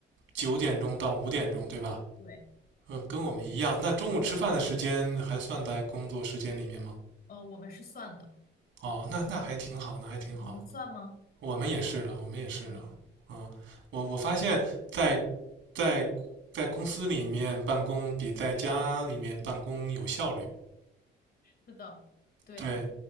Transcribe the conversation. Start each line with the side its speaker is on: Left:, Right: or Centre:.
Right: 九点钟到五点钟，对吧？
Left: 对，
Right: 呃，跟我们一样。那中午吃饭的时间还算在工作时间里面吗？
Left: 呃，我们是算的，
Right: 哦，那那还挺好，那还挺好。
Left: 你们算吗？
Right: 我们也是的，我们也是的。
Left: 嗯，
Right: 嗯，我我发现在，
Left: 对，
Right: 在在公司里面办公比在家里面办公有效率。
Left: 是的，对，
Right: 对，